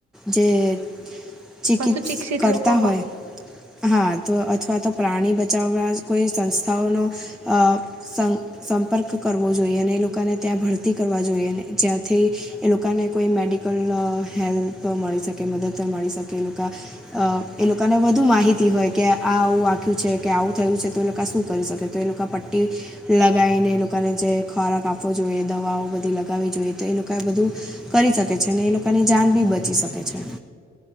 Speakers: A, in the centre; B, on the right.
A: જે ચિકિત્સ
B: પશુ શિક્ષિત
A: કરતા
B: લોકો
A: હોય. હા તો અ અથવા તો પ્રાણી બચાવવા કોઈ સંસ્થાઓનો અ સં સંપર્ક કરવો જોઈએ ને એ લોકોને ત્યાં ભરતી કરવા જોઈએ. જ્યાંથી એ લોકોને કોઈ મેડિકલ અ હેલ્પ મળી શકે. કે મદદ મળી શકે એ લોકા અ એ લોકાને વધુ માહિતી હોય કે આ આ વાખ્યું છે કે આવું થયું છે તો એ લોકા શું કરી શકે? તો એ લોકા પટ્ટી લગાઈને એ લોકાને જે ખોરાક આપવો જોઈએ, દવાઓ બધી લગાવવી જોઈએ. તો એ લોકાએ બધું કરી શકે છે અને એ લોકાની જાન બી બચી શકે છે.